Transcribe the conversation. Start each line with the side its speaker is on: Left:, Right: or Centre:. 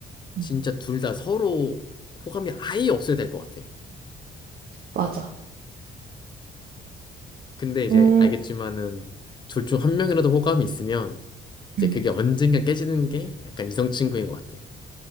Left: 진짜
Right: 응.
Left: 둘 다 서로 호감이 아예 없어야 될 것 같아.
Right: 맞아.
Left: 근데 이제
Right: 음,
Left: 알겠지만은 둘 중 한 명이라도 호감이 있으면 이제
Right: 응.
Left: 그게 언젠가 깨지는 게 약간 이성 친구인 것 같아.